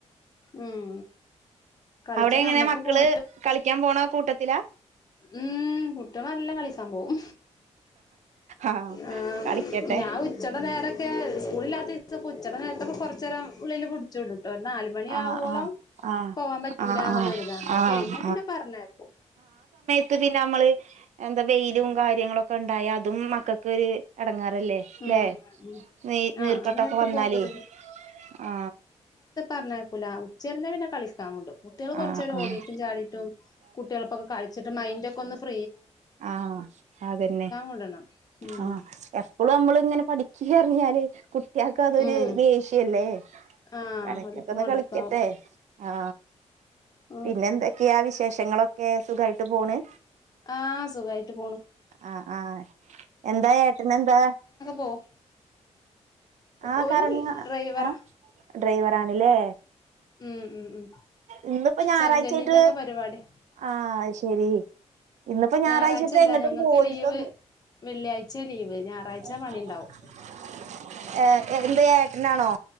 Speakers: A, on the left; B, on the right.
A: ഉം കളിച്ചാ
B: അവിടെ എങ്ങനെ
A: ഞമ്മക്ക്
B: മക്കള്
A: ഫോണി
B: കളിക്കാൻ പോണ കൂട്ടത്തിലാ
A: ഉം നല്ല കളി സംഭവം
B: ആഹ്
A: ആ
B: കളിക്കട്ടെ
A: ഞാൻ ഉച്ചട നേരൊക്കെ സ്കൂളിലാത്ത ച്ചൊക്കുച്ചട നേരത്തൊക്കെ കൊറച്ചേരം ഉള്ളില് പുടിച്ചിടും ഒരു നാല് മണിയാവോളം
B: ആഹ് ആഹ് ആഹ്
A: പോവാൻ പറ്റൂല
B: ആഹ്
A: ന്നുള്ളൊരിതാണ്
B: ആഹ്
A: അത്
B: ആഹ്
A: കയിഞ്ഞ പിന്നെ പറഞ്ഞയ്ക്കും
B: ത് പിന്നമ്മള് എന്താ വെയിലും കാര്യങ്ങളൊക്കെണ്ടായ അതും മക്കക്ക് ഒരു എടങ്ങേ റല്ലെ
A: ഉം
B: ല്ലേ
A: ഉം ഉം
B: നീ നീർക്കെട്ടൊക്കെ
A: ആഹ് ആ നേരത്ത്
B: വന്നാല്
A: പോകുമ്പോരു
B: ആ
A: പറഞ്ഞയ്ക്കൂല ഉച്ചരിഞ്ഞാ പിന്നെ കളിക്കാ വിടും കുട്ടേള് കൊർചേരം
B: ആഹ് ആഹ്
A: ഓടിട്ടും ചാടീട്ടും കുട്ടികൾക്കൊക്കെ കളിച്ചിട്ട് മൈൻഡ് ഒക്കെന്ന് ഫ്
B: ആ അതന്നെ
A: വിടണം ഉം
B: ആ എപ്പൊളമ്മള് ഇങ്ങനെ പഠിക്കാറഞ്ഞാല് കു ട്ട്യാക്കതൊരു
A: ഉം
B: ദേഷ്യല്ലേ
A: ആഹ്
B: എടക്കൊക്കെന്ന്
A: ഓല്ക്ക് മടുപ്പാവും
B: കളിക്കട്ടെ ആ
A: ഉം
B: പിന്നെ എന്തെക്കെയാ വി ശേഷങ്ങളൊക്കെ സുഖായിട്ട് പോണ്
A: ആഹ് സുഖായിട്ട് പോണ്
B: ആഹ് ആഹ് എന്താ? ഏട്ടനെന്താ?
A: പോവും
B: ആഹ്
A: ഓര്
B: കറങ്ങാ
A: ഡ്രൈവറാ
B: എഹ് ഡ്രൈവെർ ആണ് ലെ
A: ഉം ഉം ഉം
B: ഇന്നിപ്പോ ഞായറാഴ്ചായായിട്ട്
A: ചെങ്കല്ലിന്റെക്കെ പരിപാടിയാ
B: ആഹ് ശരി ഇന്നിപ്പോ ഞായറാഴ്ചയായിട്ട്
A: ഞായറാഴ്ചല്ല
B: എങ്ങട്ടും
A: ഞങ്ങക്ക്
B: പോയിട്ടൊന്ന്
A: ലീവ്
B: ഒന്നും
A: വെള്ളിയാഴ്ച ലീവ് ഞായറാഴ്ച
B: ഇല്ല
A: പണിണ്ടാവും
B: ആഹ് എന്ത് ഏട്ടനാണോ